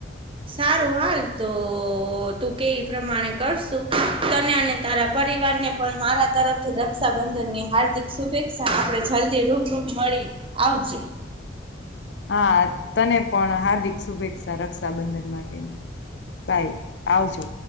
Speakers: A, on the right (about 30°); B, on the left (about 60°).
A: <inaudible> સારું હાલ તો તું કેઈ એ પ્રમાણે કરશુ તને અને તારા પ પરિવાર ને પણ મારા તરફથી રક્ષાબંધન ની હાર્દિક શુભેચ્છા આપણે જલ્દી રૂબરૂ મળ આવજે.
B: હા તને પણ હાર્દિક શુભેચ્છા રક્ષાબંધન માટેની. બાઈ આવજો.